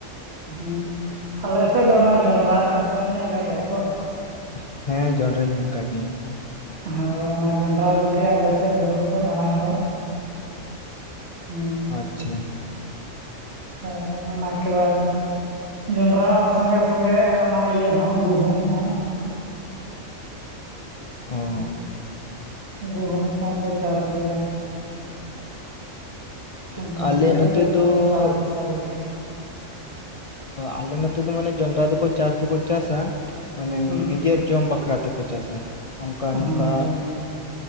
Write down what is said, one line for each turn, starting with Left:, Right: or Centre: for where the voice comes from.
Right: <unintelligible> ᱦᱮᱸ ᱟᱞᱮᱮᱥᱮᱫ ᱫᱚ ᱚᱱᱟ ᱡᱚᱱᱰᱨᱟ ᱡᱚᱱᱰᱨᱟᱢ ᱧᱮᱞ ᱟᱠᱟᱜ ᱜᱮᱭᱟ ᱛᱚ
Left: <unintelligible> ᱦᱮᱸ ᱡᱚᱱᱰᱨᱟᱧ ᱧᱮᱞ ᱟᱠᱟᱜ ᱜᱮᱭᱟ᱾
Right: ᱦᱚᱸ ᱚᱱᱟ ᱡᱚᱱᱰᱨᱟ ᱠᱚᱜᱮ ᱟᱞᱮ ᱥᱮᱫ ᱫᱚ ᱦᱩᱲᱩ ᱠᱷᱚᱡ ᱢᱟᱲᱟᱝ ᱫᱚ᱿ ᱦᱩᱸ
Left: ᱟᱪᱪᱷᱟ
Right: ᱦᱳᱭ ᱚᱱᱟᱠᱮᱵᱟ ᱡᱚᱸᱰᱨᱟ ᱥᱚᱸᱜᱮ ᱥᱚᱸᱜᱮ ᱚᱱᱟ ᱤᱭᱟᱹ ᱦᱚᱸ ᱜᱩᱦᱩᱢ ᱦᱚᱸ ᱦᱩᱸ
Left: ᱚ
Right: ᱜᱩᱦᱩᱢ ᱠᱚᱦᱚᱸ ᱠᱚ ᱪᱟᱥ ᱜᱮᱭᱟ᱾ ᱦᱮ
Left: ᱟᱞᱮ
Right: ᱚᱱᱠᱟ
Left: ᱱᱚᱛᱮ
Right: ᱜᱮ ᱡᱚᱛᱚ
Left: ᱫᱚ
Right: ᱢᱮᱥᱟᱞ ᱠᱚ ᱠᱚᱥᱟᱞ ᱜᱮ᱾
Left: ᱟᱞᱮ ᱱᱚᱛᱮ ᱫᱚ ᱢᱟᱱᱮ ᱡᱚᱱᱰᱨᱟ ᱫᱚᱠᱚ ᱪᱟᱥ ᱫᱚᱠᱚ ᱪᱟᱥ-ᱟ ᱢᱟᱱᱮ
Right: ᱦᱩᱸ
Left: ᱱᱤᱡᱮᱨ ᱡᱚᱢ ᱵᱟᱠᱷᱨᱟ ᱛᱮᱠᱚ ᱪᱟᱥᱟ ᱚᱱᱠᱟ ᱱᱚᱝᱠᱟ
Right: ᱦᱚᱸ ᱡᱚᱢ